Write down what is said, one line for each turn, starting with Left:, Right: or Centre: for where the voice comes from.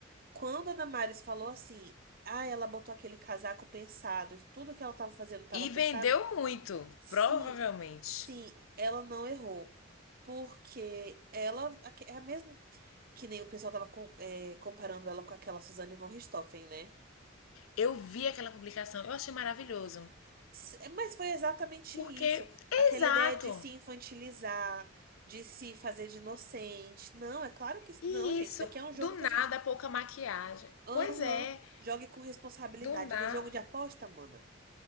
Right: Quando a Damares falou assim, ah, ela botou aquele casaco pensado, tudo que ela tava fazendo tava
Left: E
Right: pensado.
Left: vendeu muito,
Right: Sim,
Left: provavelmente.
Right: sim, ela não errou. Porque ela é a mesma. Que nem o pessoal tava com- é, comparando ela com aquela Suzane von Richthofen, né?
Left: Eu vi aquela publicação, eu achei maravilhoso.
Right: S- é, Mas foi exatamente
Left: Porque,
Right: isso. Aquela
Left: exato.
Right: ideia de se infantilizar, de se fazer de inocente. Não, é claro que.
Left: E
Right: Não, gente,
Left: isso,
Right: isso daqui é um jogo
Left: do
Right: que
Left: nada,
Right: a gente.
Left: pouca maquiagem.
Right: Aham.
Left: Pois é,
Right: jogue com responsabilidade.
Left: do nada.
Right: No jogo de aposta, mana.